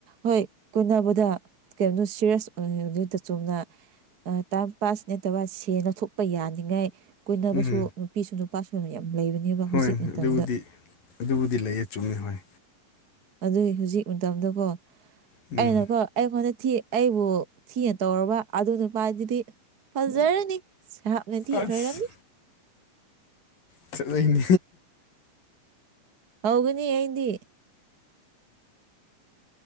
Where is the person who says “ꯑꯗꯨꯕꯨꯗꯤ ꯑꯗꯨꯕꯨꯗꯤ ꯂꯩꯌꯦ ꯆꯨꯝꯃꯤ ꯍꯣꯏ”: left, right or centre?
Left